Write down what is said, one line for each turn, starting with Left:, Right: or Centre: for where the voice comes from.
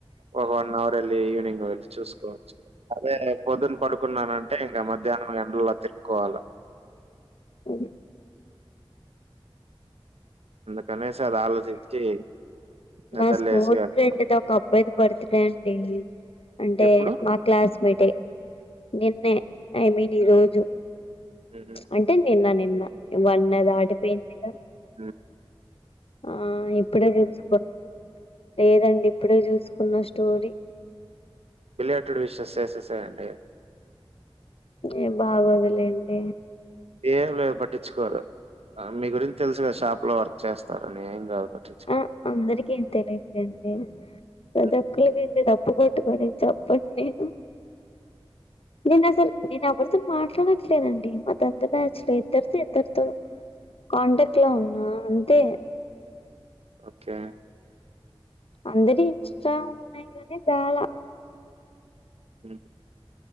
Right: ఒగ వన్ అవర్ వెళ్లి ఈవినింగ్ వచ్చి చూసుకోవచ్చు అదే పొద్దున్న పడుకున్నానంటే ఇంకా మధ్యాహ్నం ఎండల్లో తిరుక్కోవాలి
Left: అ
Right: అందుకనేసి అది ఆలోచించి నిద్ర
Left: మా స్కూల్
Right: లేసి వెళ్తాం.
Left: ఫ్రెండ్దొక అబ్బాయిది బర్త్ డే అండి అంటే
Right: ఎప్పుడు?
Left: మా క్లాస్మేటే నిన్నే ఐ మీన్ ఈరోజు
Right: హ్మ్. హుహు.
Left: అంటే అంటే నిన్న నిన్న ఇవన్నది దాటిపోయిందిగా
Right: ఉమ్
Left: ఆ ఇప్పుడే చూసుకో లేదండి ఇప్పుడే చూసుకున్న స్టోరీ
Right: బిలేటెడ్ విషెస్ సేసేయండి
Left: ఏం బాగోదులేండి
Right: ఏంలే పట్టించుకోరు మీ గురించి తెలుసు గదా షాప్లో వర్క్ చేస్తారని ఏంగాదు పట్టించుకొరు
Left: ఆ అందరికి ఇంతేలేండి ప్రతి
Right: హ్మ్.
Left: ఒక్కరికి ఇంతే డబ్బు తప్పు కొట్టుకని చెప్పను నేను నేను అసలు నేను ఎవరితో మాట్లాడట్లేదండి మా టెన్త్ బ్యాచ్ లో ఇద్దరితో ఇద్దరితో కాంటాక్ట్ లో ఉన్నా అంతే
Right: ఓకే
Left: అందరి ఇన్స్టాలు ఉన్నాయి గానీ బేల
Right: అ